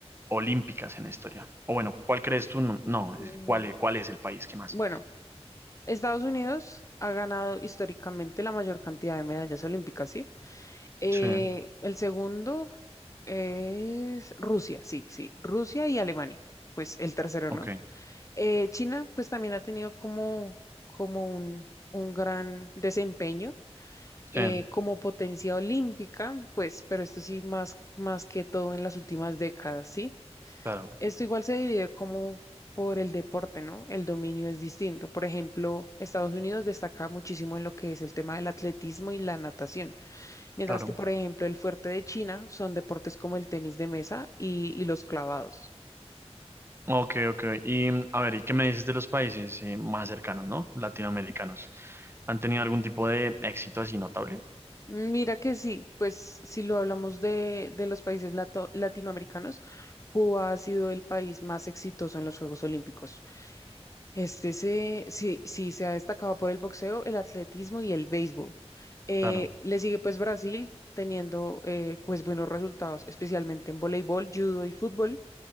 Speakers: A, on the right (about 20°); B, on the left (about 30°).
A: olímpicas en la historia? O bueno, ¿cuál crees tú? No, no, es-
B: Mm,
A: ¿cuál, es- cuál es el país que más?
B: Bueno, Estados Unidos ha ganado históricamente la mayor cantidad de medallas olímpicas, ¿sí? Eh,
A: Sí,
B: el segundo es Rusia, sí, sí, Rusia y Alemania, pues el tercero,
A: ok,
B: ¿no? Eh, China, pues también ha tenido como, como un, un gran desempeño. eh,
A: sí,
B: como potencia olímpica, pues, pero esto sí más, más que todo en las últimas décadas, ¿sí?
A: claro,
B: Esto igual se divide como por el deporte, ¿no? El dominio es distinto. Por ejemplo, Estados Unidos destaca muchísimo en lo que es el tema del atletismo y la natación, mientras
A: claro.
B: que, por ejemplo, el fuerte de China son deportes como el tenis de mesa y, y los clavados.
A: Ok, ok. Y mm, a ver, ¿y qué me dices de los países eh, más cercanos, ¿no? Latinoamericanos. ¿Han tenido algún tipo de éxito así notable?
B: Mira que sí, pues si lo hablamos de, de los países lato- latinoamericanos, Cuba ha sido el país más exitoso en los Juegos Olímpicos. Este se, sí, sí, se ha destacado por el boxeo, el atletismo y el béisbol. Eh,
A: Claro.
B: le sigue pues Brasil teniendo eh, pues buenos resultados, especialmente en voleibol, judo y fútbol.